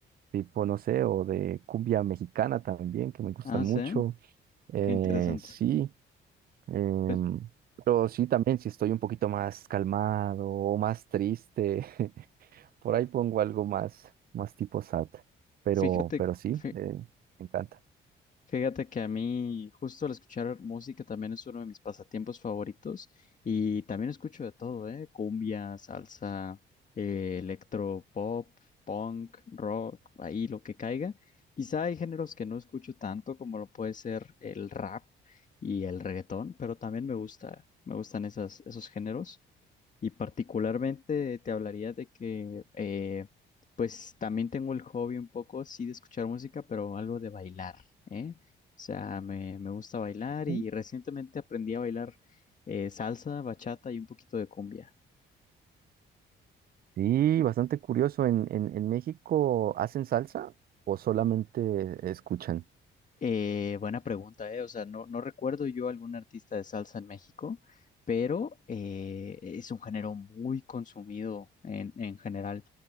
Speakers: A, on the right; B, on the left.
A: tipo, no sé, o de cumbia mexicana también, que me gustan
B: Ah,
A: mucho.
B: ¿sí?
A: Eh,
B: Qué interesante.
A: sí. Em,
B: Pues
A: pero sí, también si estoy un poquito más calmado o más triste, <laughs> por ahí pongo algo más, más tipo sad. Pero,
B: fíjate,
A: pero sí,
B: fí-
A: eh, me encanta.
B: Fíjate que a mí justo al escuchar música también es uno de mis pasatiempos favoritos y también escucho de todo, ¿eh? Cumbia, salsa, eh, electro, pop, punk, rock, ahí lo que caiga. Quizá hay géneros que no escucho tanto como lo puede ser el rap y el reggaetón, pero también me gusta, me gustan esas, esos géneros y particularmente te hablaría de que eh, pues también tengo el hobby un poco, sí, de escuchar música, pero algo de bailar. ¿eh? O sea, me, me gusta bailar y
A: Mm.
B: recientemente aprendí a bailar eh, salsa, bachata y un poquito de cumbia.
A: Sí, bastante curioso. ¿En, en, en México hacen salsa o solamente escuchan?
B: Eh, buena pregunta, ¿eh? O sea, no, no recuerdo yo algún artista de salsa en México, pero eh, es un género muy consumido en, en general.